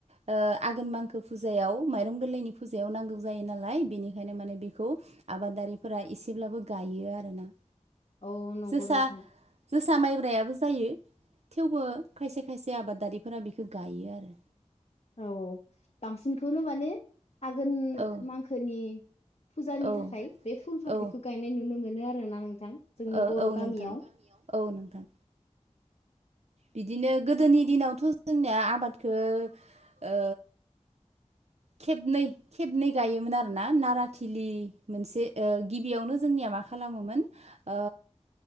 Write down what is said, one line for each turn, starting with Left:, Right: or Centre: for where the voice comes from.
Right: आघोन मांखो फुजायाव माइरं गोरलैनि फुजायाव नांगौ जायो नालाय बेनिखायनो माने बेखौ आबादारिफोरा एसेब्लाबो गायो आरोना।
Left: औ नंगौ
Right: जोसा
Left: नोंथां
Right: जोसा माइब्रायाबो जायो थेवबो खायसे खायसे आबाद दारिफोरा बिखौ गायो आरो।
Left: औ औ बांसिनखौनो माने आघोन
Right: औ
Left: मांखोनि फुजानि
Right: औ
Left: थाखाय बे फुल फाख्रिखौ
Right: औ
Left: गायनाय नुनो मोनो आरोना नोंथां जोंनि
Right: ओ
Left: बर'
Right: औ
Left: गामियाव।
Right: नोंथां औ नोंथां बिदिनो गोदोनि दिनावथ' जोंनिया आबादखौ ओ खेबनै खेबनै गायोमोन आर ना नाराथिलि मोनसे गिबियावनो जोंनिया मा खालामोमोन ओ